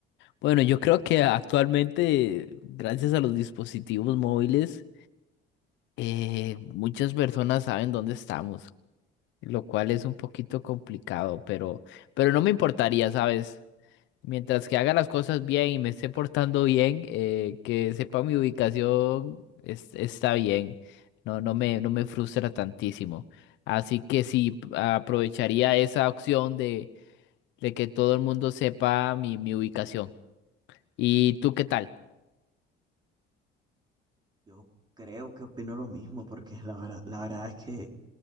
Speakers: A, on the left; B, on the right.
A: Bueno, yo creo que actualmente, gracias a los dispositivos móviles, eh, muchas personas saben dónde estamos, lo cual es un poquito complicado, pero, pero no me importaría, ¿sabes? Mientras que haga las cosas bien y me esté portando bien, eh, que sepa mi ubicación, es- está bien. No, no me, no me frustra tantísimo. Así que sí, p- aprovecharía esa opción de, de que todo el mundo sepa mi, mi ubicación. ¿Y tú qué tal?
B: Yo creo que opino lo mismo porque la verdad, la verdad es que,